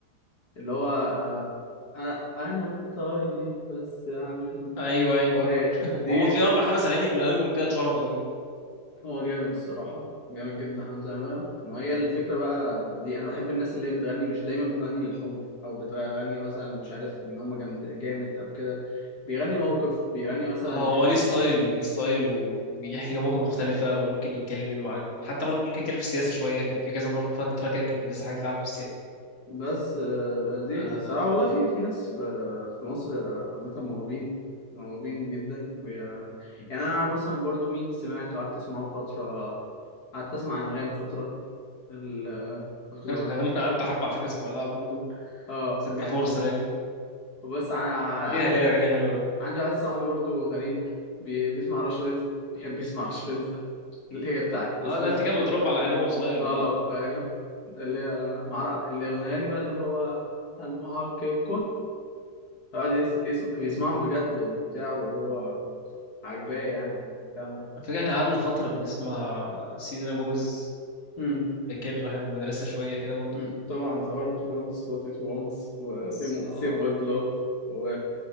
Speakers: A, on the left; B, on the left.
A: اللي هو آه، انا أنا طيب بس عامل
B: ايوه ايوه
A: ايه
B: <laughs>
A: دي
B: هو في اربع خمس اغاني في الالبوم كده اتشهر قوي برضو
A: هو جامد الصراحه جامد جدا حمزه نمره وهي الفكره بقى دي انا بحب الناس اللي هي بتغني مش دايما بتغني للحب او بتغني مثلا مش عارف ان هم جامد جامد او كده بيغني موقف بيغني مثلا
B: اه هو
A: حاجه
B: ليه ستايل ليه ستايل وبيحكي مواقف مختلفة وممكن يتكلم عن حتى برضه ممكن يتكلم في السياسة شوية كان في كذا مرة فترة كده كان بينزل حاجات لها علاقة
A: بس آه، لذيذ
B: بالسياسة
A: الصراحة والله في في ناس في في مصر آه، عامة موهوبين موهوبين جدا وي- آه، يعني أنا مثلا برضو مين سمعت وقعدت أسمعه فترة قعدت أسمع أنغام فترة ال آه، كنت ب-
B: انا قعدت حبه على فكره اسمع لها برضه
A: اه
B: بس اديها
A: يعني
B: فرصه يعني
A: بس عندي
B: ليها ليها اغاني حلوه
A: عندي واحد صاحبي برضو غريب بي- بيسمع رش رزق بيحب يسمع رش رزق <laughs> اللي هي بتاعت
B: اه
A: سبيس-
B: ده انت كان متربى على اغاني وهو صغير
A: اه
B: بقى
A: فاهم
B: ف-
A: اللي هي مع اللي غناني بقى اللي هو المحقق يقعد يس... يسم... بيسمعهم بجد وبتاع وهو عاجباه يعني والكلام ده
B: فاكر احنا قعدنا فتره بنسمع سيلينا جوميز
A: امم
B: فاكر واحنا في المدرسه شويه كده برضه
A: أمم. طبعا The Heart Wants What It Wants و
B: بس
A: Same,
B: اه
A: same Old Love و